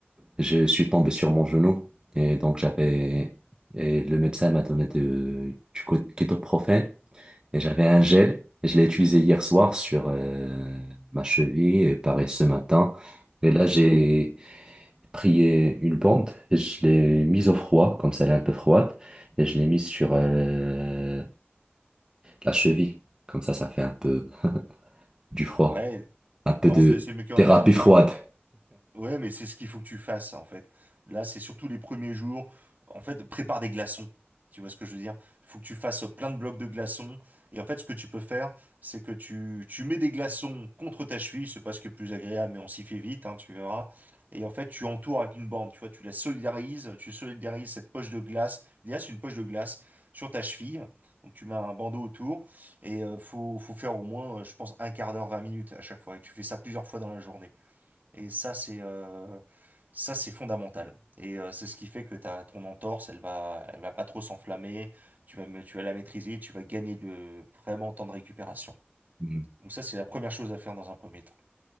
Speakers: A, on the right; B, on the right.
A: je suis tombé sur mon genou. Et donc, j'avais, et le médecin m'a donné de, du co- kétoprophène. Et
B: mhm,
A: j'avais un gel, et je l'ai utilisé hier soir sur euh, ma cheville, et pareil ce matin.
B: mhm,
A: Et là,
B: mhm,
A: j'ai pris une bande, et je l'ai mise au froid, comme ça elle est un peu froide, et je
B: mhm.
A: l'ai mise sur euh, la cheville. Comme ça, ça fait un peu du froid,
B: Ouais,
A: un peu
B: alors
A: de
B: c'est c'est mieux que
A: thérapie
B: rien, mais
A: froide.
B: Ouais, mais c'est ce qu'il faut que tu fasses, en fait. Là, c'est surtout les premiers jours. En fait, prépare des glaçons. Tu vois ce que je veux dire? Il faut que tu fasses plein de blocs de glaçons. Et en fait, ce que tu peux faire, c'est que tu, tu mets des glaçons contre ta cheville. C'est pas ce qui est le plus agréable, mais on s'y fait vite, hein, tu verras. Et en fait, tu entoures avec une borne. Tu vois, tu la solidarises. Tu solidarises cette poche de glace. Il y a c'est une poche de glace sur ta cheville. Donc, tu mets un bandeau autour. Et euh, faut, faut faire au moins, euh, je pense, un quart d'heure, 20 minutes à chaque fois. Et tu fais ça plusieurs fois dans la journée. Et ça, c'est euh, ça, c'est fondamental. Et euh, c'est ce qui fait que ta ton entorse, elle va, elle va pas trop s'enflammer. Tu vas, me- tu vas la maîtriser. Tu vas gagner de vraiment temps de récupération.
A: Mhm.
B: Donc ça, c'est la première chose à faire dans un premier temps.